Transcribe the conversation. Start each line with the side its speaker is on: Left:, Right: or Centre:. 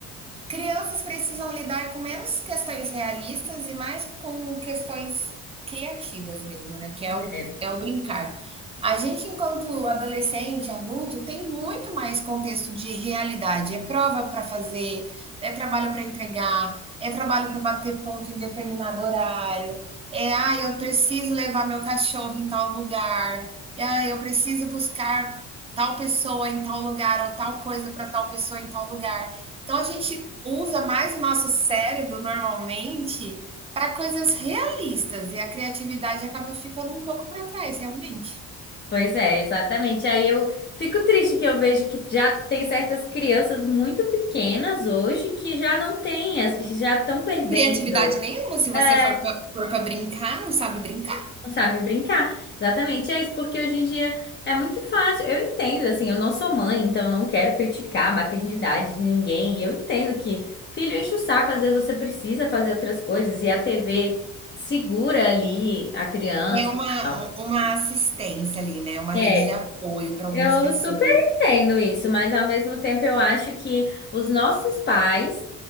Right: crianças precisam lidar com menos questões realistas e mais com questões criativas mesmo, né? Que é o,
Left: é,
Right: é o brincar. A gente, enquanto adolescente, adulto, tem muito mais contexto de realidade. É prova para fazer, é trabalho para entregar, é trabalho para bater ponto em determinado horário, é, ah, eu preciso levar meu cachorro em tal lugar, é, ah, eu preciso buscar tal pessoa em tal lugar ou tal coisa para tal pessoa em tal lugar. Então, a gente usa mais o nosso cérebro normalmente para coisas realistas e a criatividade acaba ficando um pouco para trás, realmente.
Left: Pois é, exatamente. Aí eu fico triste que eu vejo que já tem certas crianças muito pequenas hoje que já não têm, as- já estão perdendo,
Right: Criatividade nenhuma, se você
Left: é,
Right: for para brincar, não sabe brincar.
Left: não sabe brincar. Exatamente, é isso, porque hoje em dia é muito fácil. Eu entendo, assim, eu não sou mãe, então eu não quero criticar a maternidade de ninguém. Eu entendo que filho enche o saco, às vezes você precisa fazer outras coisas e a TV segura ali a criança.
Right: É uma,
Left: e tal.
Right: uma assistência ali, né? Uma
Left: É,
Right: rede de apoio para algumas
Left: Eu
Right: pessoas.
Left: super entendo isso, mas ao mesmo tempo eu acho que os nossos pais,